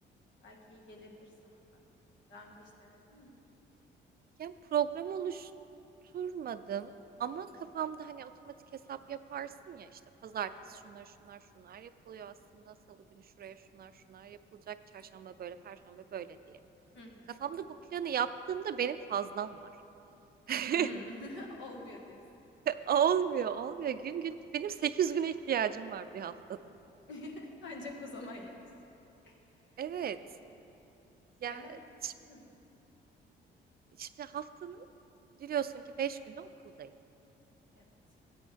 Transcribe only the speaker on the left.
Belki iyi gelebilir sana da. Daha önce hiç denedin mi?
Hı hı.
Hı. <laughs> Olmuyor diyorsun.
<laughs> Ancak o zaman yetişecek.
Evet.
Genel.
Hı.
Evet.